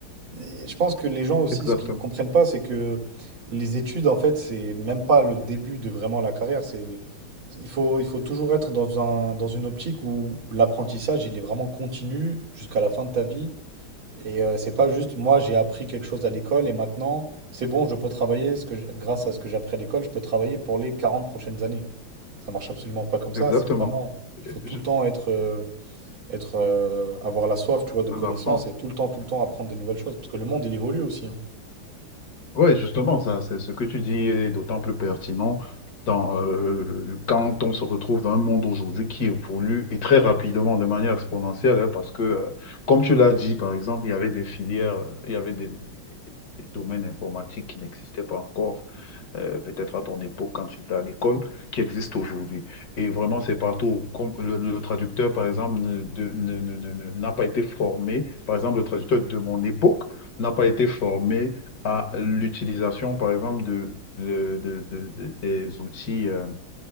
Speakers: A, on the right; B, on the left.
A: Et je pense que les gens aussi,
B: Exactement.
A: ce qu'ils comprennent pas, c'est que les études, en fait, c'est même pas le début de vraiment la carrière. C'est, il faut, il faut toujours être dans un, dans une optique où l'apprentissage, il est vraiment continu jusqu'à la fin de ta vie. Et euh, c'est pas juste moi j'ai appris quelque chose à l'école et maintenant c'est bon, je peux travailler ce que j'- grâce à ce que j'ai appris à l'école, je peux travailler pour les quarante prochaines années. Ça marche absolument pas comme ça,
B: Exactement.
A: c'est vraiment il faut
B: Et
A: tout
B: je-
A: le temps être euh, être euh, avoir la soif, tu vois, de connaissances
B: On apprend.
A: et tout le temps tout le temps apprendre des nouvelles choses parce que le monde il évolue aussi hein.
B: Oui, justement, ça, c'est ce que tu dis est d'autant plus pertinent dans, euh, quand on se retrouve dans un monde aujourd'hui qui évolue et très rapidement, de manière exponentielle, hein, parce que, euh, comme tu l'as dit, par exemple, il y avait des filières, euh, il y avait des, des domaines informatiques qui n'existaient pas encore. euh, peut-être à ton époque quand tu étais à l'école, qui existe aujourd'hui. Et vraiment, c'est partout. Comme le, le traducteur, par exemple, ne- de- ne- ne- ne- ne- n'a pas été formé, par exemple, le traducteur de mon époque n'a pas été formé à l'utilisation, par exemple, de, de- de- de- de- des outils euh,